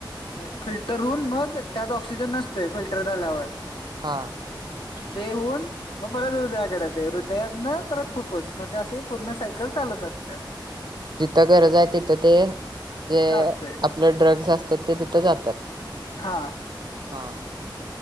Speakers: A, on the left (about 80°); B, on the right (about 60°).
A: नाही. फिल्टर होऊन मग, त्यात ऑक्सिजन नसतय फिल्टर झाल्यावर.
B: हा.
A: ते हून म परत हृदयाकड येते. हृदयातन परत फुफुस. मग ते अस पूर्ण सायकल चालत असतेंया.
B: जिथं गरज आहे तिथं ते, जे
A: जातय
B: आपलं ड्रग्स असतात. ते तिथं जातात.
A: हा.
B: हां.